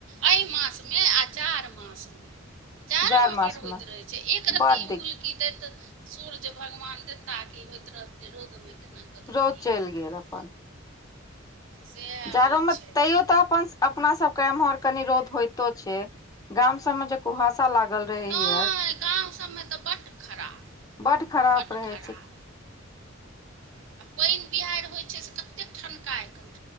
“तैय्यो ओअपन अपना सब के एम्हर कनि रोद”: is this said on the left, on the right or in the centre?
Left